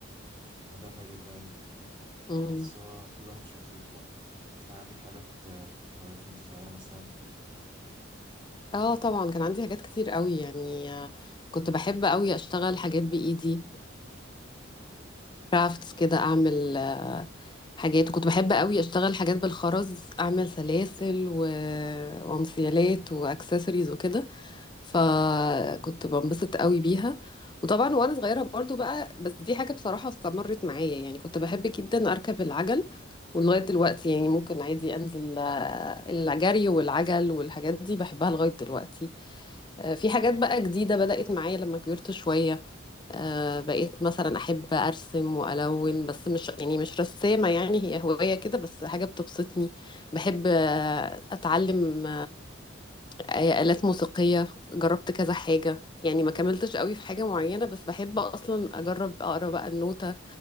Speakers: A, on the right; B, on the left.
A: ما ده حقيقي فعلا آه،
B: مم.
A: بس هو كل واحد وشخصيته بقى انت كان عندك حاجه بت- هوايات وانت صغيره مثلا
B: اه طبعا كان عندي حاجات كتير قوي يعني آه، كنت بحب قوي اشتغل حاجات بايدي كرافتس كده اعمل آه، حاجات وكنت بحب قوي اشتغل حاجات بالخرز اعمل سلاسل و... وانسيالات واكسسوارز وكده فكنت بنبسط قوي بيها وطبعا وانا صغيره برضو بقى بس دي حاجه بصراحه استمرت معايا يعني كنت بحب جدا اركب العجل ولغايه دلوقتي يعني ممكن عادي انزل آه، الجري والعجل والحاجات دي بحبها لغايه دلوقتي آه، في حاجات بقى جديده بدات معايا لما كبرت شويه آه، بقيت مثلا احب ارسم والون بس مش يعني مش رسامه يعني هي هوايه كده بس حاجه بتبسطني بحب آه، اتعلم آه، آلات موسيقية جربت كذا حاجة يعني ما كملتش قوي في حاجة معينة بس بحب أصلا أجرب أقرأ بقى النوتة